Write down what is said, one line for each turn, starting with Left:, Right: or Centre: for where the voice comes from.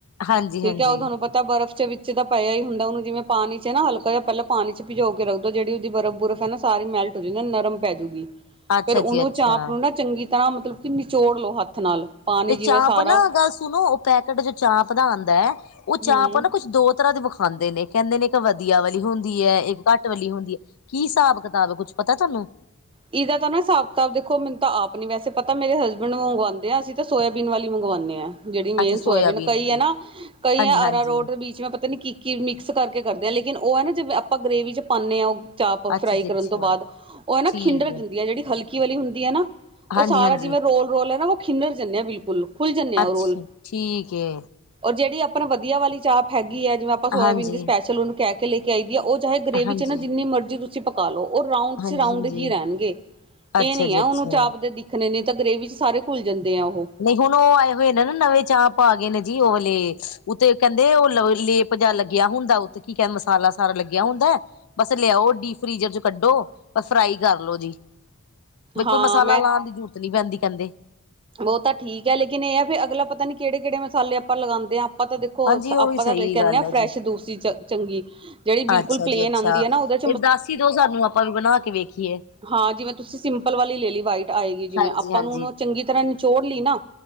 Left: ਹਾਂਜੀ
Right: ਤੇ
Left: ਹਾਂਜੀ
Right: ਸਾਨੂੰ ਪਤਾ ਬਰਫ਼ ਚ ਵਿੱਚ ਤਾਂ ਪਿਆ ਹੀ ਹੁੰਦਾ, ਓਨੂੰ ਜਿਵੇਂ ਪਾਣੀ ਚ ਨਾ ਹਲਕਾ ਜਾਂ ਪੈਲਾਂ ਪਾਣੀ ਚ ਪੀਉ ਕੇ ਰੱਖ ਦਿਉਂ, ਜੇੜੀ ਓਦੀ ਬਰਫ-ਬੁਰਫ ਏ ਨਾ ਸਾਰੀ ਮੈਲਟ ਹੋਜੂ, ਨਾ ਨਰਮ ਪੈਜੂਗੀ।
Left: ਅੱਛਾ
Right: ਫੇਰ ਓਨੂੰ
Left: ਜੀ ਅੱਛਾ
Right: ਚਾਂਪ ਨੂੰ ਨਾ ਚੰਗੀ ਤਰ੍ਹਾਂ ਮਤਲਬ ਕਿ ਨਿਚੋੜ ਲਓ ਹੱਥ ਨਾਲ। ਪਾਣੀ
Left: ਤੇ ਚਾਂਪ
Right: ਜਿਵੇਂ ਸਾਰਾ
Left: ਨਾ ਗੱਲ ਸੁਣੋ, ਓ ਪੈਕੇਟ ਜੋ ਚਾਂਪ ਦਾ ਆਂਦਾ। ਓ
Right: ਹਮ
Left: ਚਾਪ ਆ ਨਾ ਕੁਝ ਦੋ ਤਰ੍ਹਾਂ ਦੇ ਵਖਾਂਦੇ ਨੇ। ਕੈਂਦੇ ਨੇ ਇੱਕ ਵਧੀਆ ਵਾਲੀ ਹੁੰਦੀਏ। ਇੱਕ ਘੱਟ ਵਾਲੀ ਹੁੰਦੀ ਐ ਕੀ ਹਸਾਬ-ਕਤਾਬ ਕੁੱਛ ਪਤਾ ਤੁਆਨੂੰ?
Right: ਇਹਦਾ ਤਾਂ ਨਾ ਹਸਾਬ-ਕਤਾਬ ਦੇਖੋ, ਮੈਨੂੰ ਤਾਂ ਆਪ ਨੀ ਵੈਸੇ ਪਤਾ ਮੇਰੇ ਹਸਬੈਂਡ ਨੂੰ ਮੰਗਵਾਂਦੇ ਆ, ਅਸੀਂ ਤਾਂ ਸੋਇਆਬੀਨ ਵਾਲੀ ਮੰਗਵਾਨੇ ਆ। ਜੇੜੀ ਮੇਨ
Left: ਅੱਛਾ ਸੋਇਆਬੀਨ
Right: ਸੋਇਬੀਨ ਕਈ
Left: ਦੀ
Right: ਏਨਾ, ਕਈ
Left: ਹਾਂਜੀ
Right: ਐ
Left: ਹਾਂਜੀ
Right: ਅਰਾ ਰੋਟ ਬੀਚ ਮੈਂ ਪਤਾ ਨੀ ਕੀ ਕਿ ਮਿਕਸ ਕਰਕੇ ਕਰਦੇ ਆ ਲੇਕਿਨ ਓ ਐ ਨਾ ਜਿਵੇਂ ਆਪਾਂ ਗਰੇੇਵੀ ਚ ਪਾਨੇ ਆ ਚਾਪ
Left: ਅੱਛਾ
Right: ਫਰਾਈ
Left: ਜੀ ਅੱਛਾ
Right: ਕਰਨ ਤੋਂ ਬਾਦ ਓ ਐਨਾ
Left: ਠੀਕ ਹੈ
Right: ਜੇੜੀ ਹਲਕੀ ਵਾਲੀ ਹੁੰਦੀ ਏਨਾ,
Left: ਹਾਂਜੀ
Right: ਓ ਸਾਰਾ
Left: ਹਾਂਜੀ
Right: ਜਿਵੇਂ ਰੋਲ-ਰੋਲ ਐਨਾ ਓ ਖਿਨੱਰ ਜਾਂਦੇ ਆ ਬਿਲਕੁਲ। ਖੁੱਲ ਜਾਂਨੇ ਆ
Left: ਅੱਛਾ
Right: ਓ ਰੋਲ
Left: ਠੀਕ ਹੈ
Right: ਔਰ ਜੇੜੀ ਆਪਾਂ ਵਧੀਆ ਵਾਲੀ ਚਾਪ ਹੈਗੀਏ ਜਿਵੇਂ ਅਪ ਆਪ ਸੋਇਆਬੀਨ
Left: ਹਾਂਜੀ
Right: ਦੀ ਸਪੈਸ਼ਲ ਓਨੂੰ ਕੈਕੇ ਲੈਕੇ ਆਈਦੀ ਆ। ਓ ਚਾਏ ਗਰੇੇਵੀ
Left: ਹਾਂਜੀ
Right: ਚ ਨਾ ਜਿੰਨੀ ਮਰਜ਼ੀ ਤੁਸ ਚਪਕਾ ਲੋ ਓ ਰੋਡ ਚ
Left: ਹਾਂਜੀ
Right: ਰੋਡ
Left: ਹਾਂਜੀ
Right: ਹੀ ਰਹਿਣਗੇ। ਏ
Left: ਅੱਛਾ
Right: ਨੀ
Left: ਜੀ
Right: ਐ ਓਨੂੰ
Left: ਅੱਛਾ
Right: ਚਾਪ ਦੀ ਖਨੇਨੀ ਤਾਂ ਗਰੇਵੀ 'ਚ' ਸਾਰੇ ਘੁੱਲ ਜਾਂਦੇ ਆ ਓਹੋ।
Left: ਨਈਂ ਹੁਣ, ਉਹ ਆਏ ਹੋਏ ਨੇ ਨਾ ਨਵੇਂ ਚਾਪ ਆ ਗਏ ਨੇ ਜੀ ਓ ਵਾਲੇ ਉਤੇ ਕੈਂਦੇ ਓ ਲ ਲੇਪ ਜਾ ਲੱਗਿਆ ਹੁੰਦਾ ਓਤੇ ਕੀ ਕੈਦੇ ਮਸਾਲਾ ਸਾਰਾ ਲੱਗੇਆ ਹੁੰਦਾ। ਬਸ ਲਿਆਓ ਡੀਪ ਫ੍ਰੀਜ਼ਰ ਚ ਕੱਢੋ ਪਰ ਫਰਾਈ ਕਰ ਲੋ ਜੀ। ਵੀ
Right: ਹਾਂ
Left: ਕੋਈ ਮਸਾਲਾ ਲਾਣ ਦੀ ਜਰੂਰਤ ਨੀਂ ਪੈਂਦੀ ਕੈਂਦੇ।
Right: ਓ ਤਾਂ ਠੀਕ ਐ ਲੇਕਿਨ ਏ ਐ ਵੀ ਅਗਲਾ ਪਤਾ ਨੀ ਕੇੜੇ-ਕੇੜੇ ਮਸਾਲੇ ਆਪਾਂ ਲਗਾਦੇ ਆਂ। ਆਪਾਂ ਤਾਂ ਦੇਖੋ
Left: ਹਾਂਜੀ ਉਹ
Right: ਆਪਾਂ
Left: ਵੀ ਸਹੀ
Right: ਤਾਂ ਲੈ ਕੇ
Left: ਗੱਲ
Right: ਆਨੇ ਆਂ
Left: ਹੈ
Right: ਫਰੈਸ਼,
Left: ਜੀ
Right: ਦੂਸੀ ਚ ਚੰਗੀ ਜੇੜੀ ਬਿਲਕੁਲ
Left: ਅੱਛਾ
Right: ਪਲੇਨ
Left: ਜੀ ਅੱਛਾ
Right: ਆਂਦੀ ਐ ਨਾ ਓਦੇ
Left: ਫਿਰ ਦਸ ਈ ਦੋ ਸਾਨੂੰ ਆਪਾਂ ਵੀ ਬਣਾ ਕੇ ਵੇਖੀਏ।
Right: ਹਾਂ ਜਿਵੇਂ ਤੁਸੀਂ ਸਿੰਪਲ ਵਾਲੀ ਲੇਲੀ ਵਾਈਟ ਆਏਗੀ, ਜਿਵੇਂ
Left: ਹਾਂਜੀ
Right: ਆਪਾਂ
Left: ਹਾਂਜੀ
Right: ਨੂੰ ਚੰਗੀ ਤਰ੍ਹਾਂ ਨਿਚੋੜ ਲਈ ਨਾ